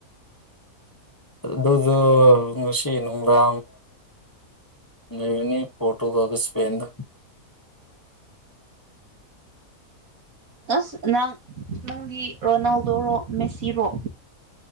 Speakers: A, on the left; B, on the right.
A: ꯑꯗꯨꯗꯨ ꯃꯁꯤꯟ ꯎꯗ ꯂꯩꯅꯤ ꯄꯣꯔꯇꯨꯒꯜꯒꯥ ꯏꯁꯄꯦꯅꯒ
B: ꯑꯁ ꯅꯪ ꯅꯪꯗꯤ ꯔꯣꯅꯥꯜꯗꯣꯣꯔꯣ ꯃꯦꯁꯤꯔꯣ